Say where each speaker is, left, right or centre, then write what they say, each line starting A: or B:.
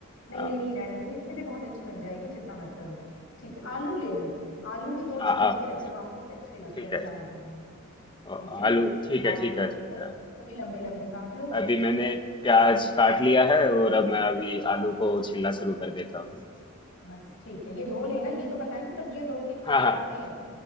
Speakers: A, on the left (about 70°); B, on the left (about 25°).
A: नहीं
B: हाँ
A: नहीं नहीं रहने दो इससे भी बहुत अच्छी बन जाएगी चिंता मत करो ठीक है
B: हम्म,
A: आलू ले लो आलू भी दो
B: हाँ
A: छील
B: हाँ,
A: के रख लो आलू भी अच्छे लगते
B: ठीक
A: हैं पुलाव
B: है
A: में
B: और
A: ठीक है ना
B: आलू ठीक है
A: आलू
B: ठीक
A: छील
B: है ठीक
A: के
B: है
A: वो भी लंबे लंबे काट लो
B: अभी मैंने प्याज काट लिया है और अब मैं अभी आलू को छिलना शुरू कर देता हूँ
A: बस ठीक है ये धो लेना ये तो पता है ना सब्जियां धो के
B: हाँ
A: काटते
B: हाँ
A: हैं